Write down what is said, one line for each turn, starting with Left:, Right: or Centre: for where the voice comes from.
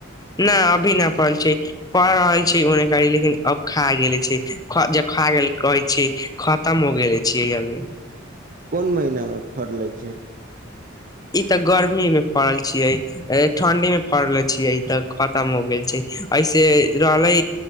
Left: नहि अभी न पढ़ल छै पढ़ल रहल छै ओने करी लेकिन अब खा गेल छै खा गेल कहै छीय खतम हो गेले छीय अभी
Right: कोन महीना में फड़ले छै
Left: ई तऽ गर्मी मे पड़ल छीयै ठंडी मे पड़ल छीयै ई तऽ खतम हो गेल छै ऐसे रहलै